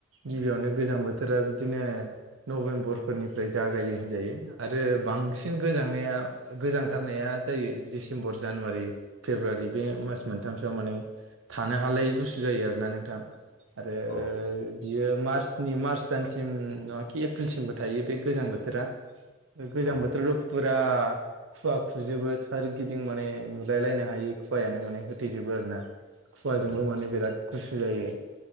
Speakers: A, on the right; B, on the left.
A: गिबियावनो गोजां बोथोरा बिदिनो। नभेम्बरफोरनिफ्राय जागायो होनजायो। आरो बांसिन गोजांनाया गोजांथारनाया जायो डिसेम्बर जानुवारि फेब्रुवारि। फेब्रुवारि बे मास मोनथामसोआव माने थानो हालायै गुसु जायो आरोना नोंथां। आरो
B: औ
A: बियो मार्चनि मार्च दानसिम नङाखि एप्रिलसिमबो थायो बे गोजां बोथोरा गोजां
B: औ
A: बोथोरथ' फुरा खुवा खुजोबो सोरगिदिं माने नुलायलायनो हायि खुवायानो माने होथैजोबो आरो ना। खुवाजोंबो
B: उम
A: माने बेराद गुसु जायो।